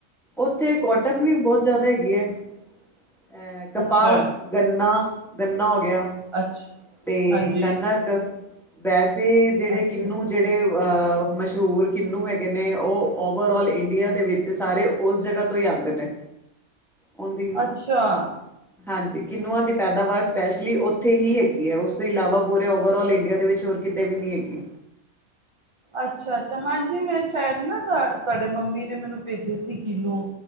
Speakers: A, in the centre; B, on the right.
A: ਉੱਥੇ ਕੋਟਨ ਵੀ ਬਹੁਤ ਜ਼ਿਆਦਾ ਹੈਗੀ ਹੈ ਅਹ ਕਪਾਹ
B: ਅੱਛਾ
A: ਗੰਨਾ, ਗੰਨਾ ਹੋ ਗਿਆ
B: ਅੱਛਾ
A: ਤੇ
B: ਹਾਂਜੀ
A: ਕਣਕ ਵੈਸੇ ਜਿਹੜੇ
B: ਅੱਛਾ
A: ਕਿੰਨੂੰ ਜਿਹੜੇ ਅਹ ਮਸ਼ਹੂਰ ਕਿੰਨੂੰ ਹੈ ਨੇ ਉਹ ਓਵਰ ਆਲ ਇੰਡੀਆ ਦੇ ਵਿੱਚ ਸਾਰੇ ਉਸ ਜਗ੍ਹਾ ਤੋਂ ਹੀ ਆਉਂਦੇ ਨੇ ਉਹਦੀ
B: ਅੱਛਾ
A: ਹਾਂਜੀ ਕਿੰਨੂੰਆਂ ਦੀ ਪੈਦਾਵਾਰ ਸਪੈਸ਼ਲੀ ਉੱਥੇ ਹੀ ਹੈਗੀ ਹੈ ਉਸ ਤੋਂ ਇਲਾਵਾ ਪੂਰੇ ਓਵਰਲ ਇੰਡੀਆ ਦੇ ਵਿੱਚ ਹੋਰ ਕਿਤੇ ਵੀ ਨਹੀਂ ਹੈਗੀ ਹ
B: ਅੱਛਾ ਅੱਛਾ ਹਾਂਜੀ ਮੈਂ ਸ਼ਾਇਦ ਨਾ ਤੁਹਾਡੇ ਮੰਮੀ ਨੇ ਮੈਨੂੰ ਭੇਜੇ ਸੀ ਕਿਨੂੰ